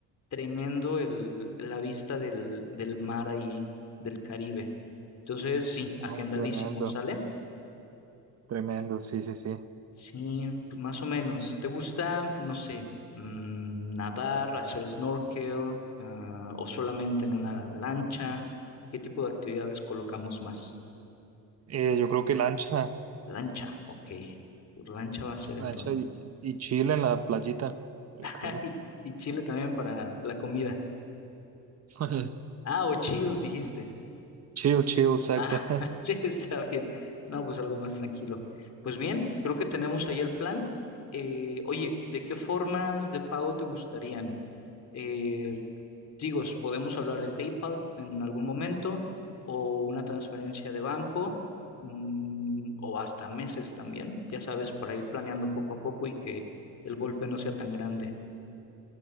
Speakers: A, on the left; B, on the right.
A: tremendo el, la vista del, del mar ahí, del Caribe. Entonces, sí,
B: No,
A: agendadísimo,
B: tremendo,
A: ¿sale?
B: tremendo, sí, sí, sí.
A: Sí, pues más o menos. ¿Te gusta, no sé, mm, nadar, hacer snorkel, ah, o solamente en una lancha? ¿Qué tipo de actividades colocamos más?
B: Eh, yo creo que lancha,
A: Lancha, ok. Pues lancha va a ser entonces.
B: lancha y, y chill en la playita,
A: <laughs>
B: yo creo.
A: Y, y chile también para la comida.
B: <laughs>
A: Ah, o chill, dijiste.
B: Chill, chill, exacto.
A: Ah,
B: <laughs>
A: <laughs> che, está bien. No, pues algo más tranquilo. Pues bien, creo que tenemos ahí el plan. Eh, oye, ¿de qué formas de pago te gustarían? Eh, Digo, podemos hablar de PayPal en algún momento o una transferencia de banco mm, o hasta meses también, ya sabes, para ir planeando poco a poco y que el golpe no sea tan grande.